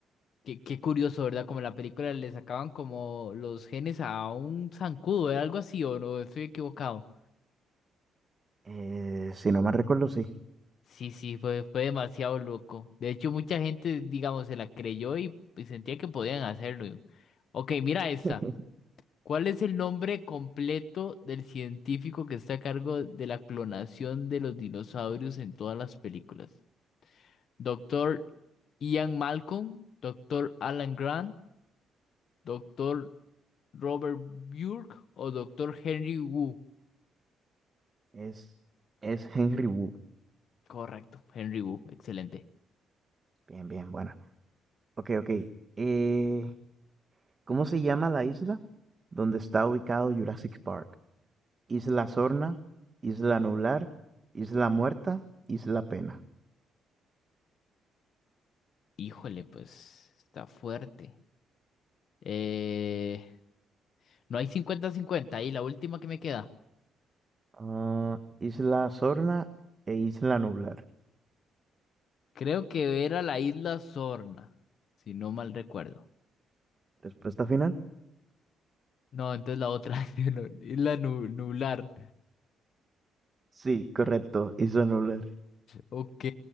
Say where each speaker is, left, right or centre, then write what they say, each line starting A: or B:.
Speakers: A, on the left; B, on the right.
A: Qué, qué curioso, ¿verdad? Como en la película le sacaban como los genes a un zancudo, ¿eh? Algo así, ¿o no? Estoy equivocado.
B: Eh, si no mal recuerdo, sí.
A: Sí, sí, fue, fue demasiado loco. De hecho, mucha gente, digamos, se la creyó y, y sentía que podían hacerlo. Ok, mira esta.
B: <laughs>
A: ¿Cuál es el nombre completo del científico que está a cargo de la clonación de los dinosaurios en todas las películas? Doctor Ian Malcolm, Doctor Alan Grant, Doctor Robert Burke o Doctor Henry Wu.
B: Es, es Henry Wu.
A: Correcto, Henry Wu, excelente.
B: Bien, bien, bueno. Ok, ok. Eh, ¿cómo se llama la isla donde está ubicado Jurassic Park? Isla Sorna, Isla Nublar, Isla Muerta, Isla Pena.
A: Híjole, pues está fuerte. Eh, no hay cincuenta-cincuenta y la última que me queda.
B: Ah, Isla Sorna e Isla Nublar.
A: Creo que era la isla Sorna, si no mal recuerdo.
B: ¿Respuesta final?
A: No, entonces la otra, <laughs> la isla Nu- Nublar.
B: Sí, correcto, Isla Nublar.
A: Ok,